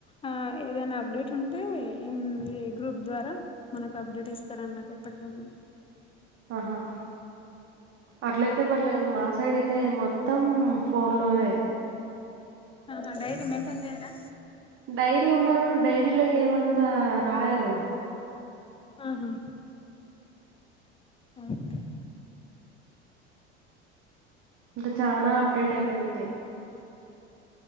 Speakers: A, on the left (about 15°); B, on the right (about 35°).
A: ఆ ఏదైనా అప్డేట్ ఉంటే ఇమ్ ఈ గ్రూప్ ద్వారా మనకు అప్డేట్ ఇస్తారన్నట్టు ఎప్పటికప్పుడు
B: ఆహా అట్లాయితే ట్లేదు మా సైడ్ అయితే మొత్తాం ఫోన్ లోనే
A: ఆహా డైరీ మెంటేన్ జేయ్ రా
B: డైరీ ఉన్నా గూడా డైరీలో ఏమంతా రాయరు
A: ఆహా ఆకే
B: ఇంకా చానా అప్డేట్ అయిపోయింది